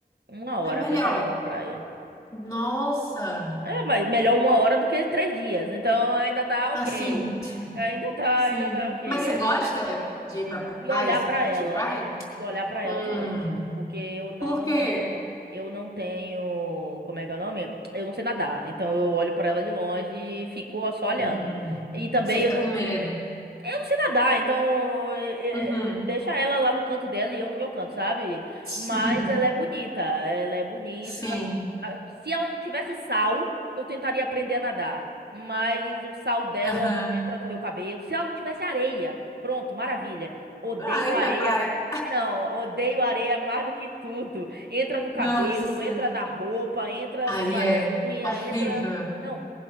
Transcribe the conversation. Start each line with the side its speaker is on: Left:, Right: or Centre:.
Right: uma hora
Left: é melhor.
Right: pra eu chegar numa praia.
Left: Nossa,
Right: É, mas melhor uma hora do que três dias. Então ainda tá ok.
Left: assim,
Right: Ainda tá,
Left: sim.
Right: ainda tá ok.
Left: Mas você gosta de ir pra
Right: de
Left: praia,
Right: olhar
Left: assim,
Right: para
Left: curtir
Right: ela,
Left: praia?
Right: de olhar para ela
Left: Hum.
Right: de longe, porque eu não
Left: Por quê?
Right: eu não tenho, como é que é o nome? Eu não sei nadar, então eu olho para ela de longe e fico só olhando.
Left: Hum.
Right: E também
Left: Você fica
Right: eu não
Left: com medo.
Right: eu não sei nadar, então é,
Left: Uhum.
Right: é, deixa ela lá no canto dela e eu no meu canto, sabe?
Left: <laughs>
Right: Mas ela é bonita, ela é bonita.
Left: Sim.
Right: Ah, Se ela não tivesse sal, eu tentaria aprender a nadar. Mas o sal dela
Left: Aham.
Right: entra no meu cabelo. Se ela não tivesse areia, pronto, maravilha. Odeio
Left: Aí
Right: areia.
Left: não é praia.
Right: Não, odeio areia mais do que tudo. Entra no cabelo,
Left: Nossa.
Right: entra na roupa, entra
Left: Aí
Right: no- nas
Left: é
Right: unhas,
Left: horrível.
Right: entra. Não,